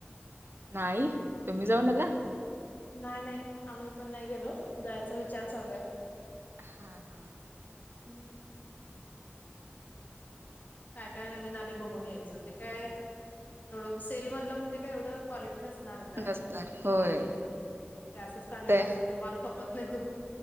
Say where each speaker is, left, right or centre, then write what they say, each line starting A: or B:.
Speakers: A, on the right; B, on the left.
A: नाही, तुम्ही जाऊन आला?
B: नायी, नायी आम्ही पण नाही गेलो. जायचा विचार चालूय
A: हा हा
B: हम् काय काय नवीन आले बघून यायचं ते काय एवढं सेल मधलं म्हणजे काय एवढं क्वालिटी नसणारचय
A: नसणार होय
B: ते असंच काढलेलं
A: ते
B: असते जे माल खपत नाही तो